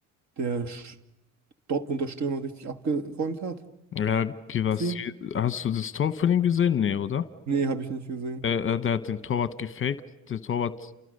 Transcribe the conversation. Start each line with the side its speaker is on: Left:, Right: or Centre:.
Right: der Sch- Dortmunder Stürmer richtig abgeräumt hat.
Left: Ja, Givas,
Right: Sie?
Left: hast du das Tor von ihm gesehen? Nee, oder?
Right: Nee, habe ich nicht gesehen.
Left: Äh, äh, der hat den Torwart gefaked. Der Torwart